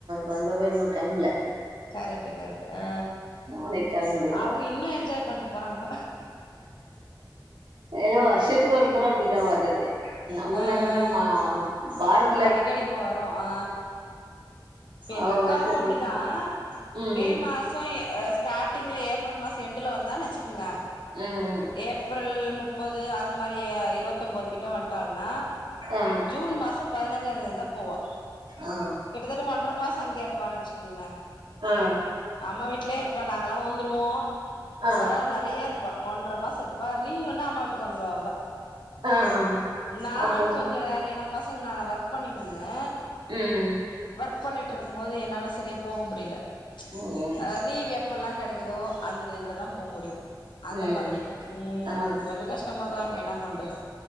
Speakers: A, on the right; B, on the left.
A: வந்தவ இன்னு கெளம்புல
B: கரெக்ட்டு கரெக்ட்டு ஆ
A: நாளைக் கெளம்பிருவா
B: ஆ அவங்க இன்னு என்ஜாய் பண்ட்டு போறாங்க
A: ஏனோ வர்ஷத்துக்கு ஒருமுற அப்டிதா வர்றது நம்மன்னாகூட
B: ஆ ஆ
A: மா வாரத்
B: அடிக்கடிக்கு வரோ ஆ இப்ப எங்கக்காவு
A: அவ வருஷத்துக்கு
B: அப்பிடிதா
A: ம்
B: மே மா சோ எ அ ஸ்டாட்டிங்ல ஏப்ரல் மாசோ என்டுல வந்தான் வெச்சுக்குங்க
A: ம் ம்
B: ஏப்ரல் முப்பது அந்த மாரி எ இருவத்தொம்போது கிட்ட வந்ட்டாள்னா
A: ஆ
B: ஜூன் மாசோ பதினஞ்சாந்தேதிதா போவா
A: ஆ
B: கிட்டதட்ட ஒன்ற மாசோ அங்க இருப்பான் வெச்சுக்கங்ளே
A: ஆ
B: அம்மா வீட்லே இர்ப்பா நாங்கல்லா வந்துருவோ
A: ஆ
B: அவ நெறைய இருப் ஒன்ற மாசோ இருப்பா லீவுனா அம்மா வீட்டுக்கு வந்துருவா அவதா
A: ஆ
B: நானு
A: அவங்க
B: கொஞ்ச ரேரு ஏனா பசங்க நானா ஒர்க் பண்ணீனுந்தே
A: ம்
B: ஒர்க் பண்ணிட்ருக்கும் போது என்னால செரியா போக முடியில
A: ம்
B: அ லீவ் எப் பல்லா கெடைக்கிதோ அந்த இதுலதா போ முடியு அந்த
A: ம்
B: மாதிரி ம்
A: ஆ
B: கொஞ்ச கஷ் டமாதாருக்கு என்னா பண்றது